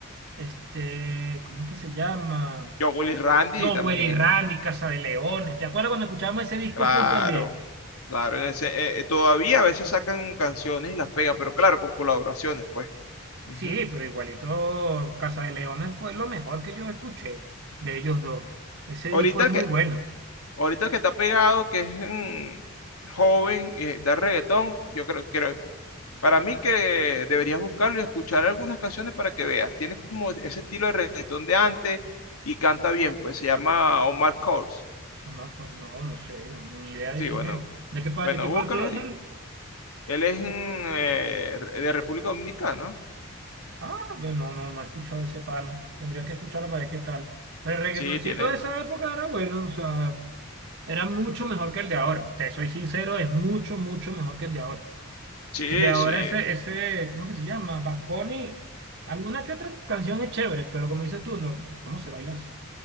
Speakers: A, on the right (about 60°); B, on the left (about 85°).
A: este, ¿cómo es que se llama?
B: Yo, Willy Randy
A: Jowell
B: también.
A: y Randy, Casa de Leones. ¿Te acuerdas cuando escuchábamos ese disco
B: Claro,
A: a full también?
B: claro. en ese- eh, eh, todavía a veces sacan canciones y las pegan, pero claro, con colaboraciones, pues. Ujú.
A: Sí, pero igualito Casa de Leones fue lo mejor que yo escuché de ellos dos. Ese
B: Ahorita
A: disco es
B: el
A: muy
B: que,
A: bueno.
B: ahorita el que está pegado, que es mm, joven y está en reggaetón, yo creo, creo, para mí que deberías buscarlo y escuchar algunas canciones para que veas. Tiene como ese estilo de reggaetón de antes y canta bien, pues se llama Omar Courtz.
A: Omar Cor- No, no sé, no, ni idea de
B: Sí,
A: quién
B: bueno,
A: es. ¿De qué parte,
B: bueno,
A: de qué
B: búscalo
A: parte es
B: ahí.
A: él?
B: Él es mm, eh, de República Dominicana.
A: Ah, pero no, no, no he escuchado ese pana. Tendría que escucharlo para ver qué tal. Pero el reggaetoncito
B: Sí, tiene.
A: de esa época era bueno, o sea, era mucho mejor que el de ahora. Te soy sincero, es mucho, mucho mejor que el de ahora.
B: Sí,
A: El de ahora,
B: sí.
A: ese, ese, ¿cómo es que se llama? Bad Bunny. Alguna que otra canción es chévere, pero como dices tú, no, no, ¿cómo se baila eso?